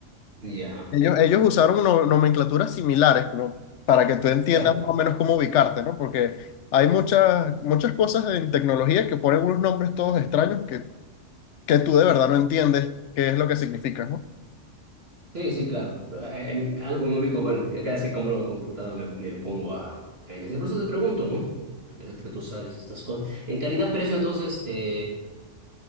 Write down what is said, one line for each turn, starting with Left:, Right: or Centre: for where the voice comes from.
Right: Ya.
Left: Ellos, ellos usaron no- nomenclaturas similares, como para que tú entiendas
Right: Claro,
Left: más o menos cómo ubicarte, ¿no? Porque hay muchas, muchas cosas en tecnología que ponen unos nombres todos extraños que, que tú de verdad no entiendes qué es lo que significa, ¿no?
Right: Sí, sí, claro. Eh, En algo me ubico, bueno, que cada vez que compro una computadora me, me pongo a, a investigar. Por eso te pregunto, ¿no? Que sé que tú sabes estas cosas. En calidad-precio, entonces, eh,